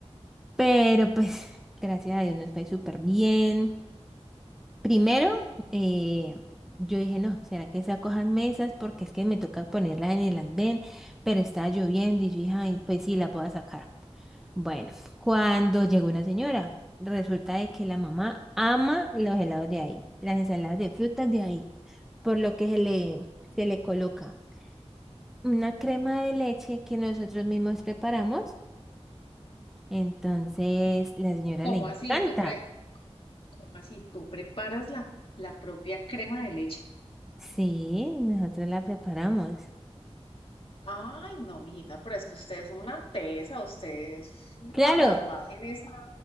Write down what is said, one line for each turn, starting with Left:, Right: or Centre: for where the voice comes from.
Centre: Pero pues, <laughs> gracias a Dios nos fue súper bien. Primero, eh, yo dije, no, ¿será que se acojan mesas? Porque es que me toca ponerlas en el andén, pero estaba lloviendo y yo dije, ay, pues sí, las voy a sacar. Bueno, cuando llegó una señora, resulta de que la mamá ama los helados de ahí, las ensaladas de frutas de ahí, por lo que se le, se le coloca una crema de leche que nosotros mismos preparamos. Entonces, la señora
Left: ¿Cómo
Centre: le encanta.
Left: así? ¿Tú pre, cómo así? ¿Tú preparas la, la propia crema de leche?
Centre: Sí, nosotros la preparamos.
Left: Ay, no, mijita, pero es que usted es una tesa, usted es
Centre: Claro,
Left: la más maja en esa.